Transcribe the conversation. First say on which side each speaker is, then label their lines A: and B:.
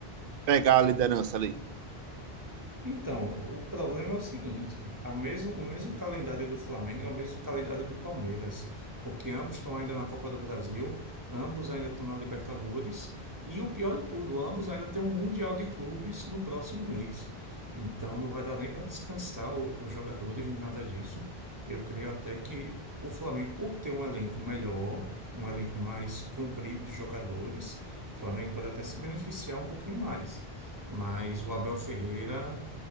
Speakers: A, on the right; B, on the right.
A: pegar a liderança ali?
B: Então, o problema é o seguinte: a mesmo, o mesmo calendário do Flamengo é o mesmo calendário do Palmeiras, porque ambos estão ainda na Copa do Brasil, ambos ainda estão na Libertadores, e o pior de tudo, ambos ainda têm um Mundial de Clubes no próximo mês. Então, não vai dar nem para descansar o- os jogadores nem nada disso. Eu creio até que o Flamengo, por ter um elenco melhor, um elenco mais comprido de jogadores, o Flamengo pode até se beneficiar um pouquinho mais. Mas o Abel Ferreira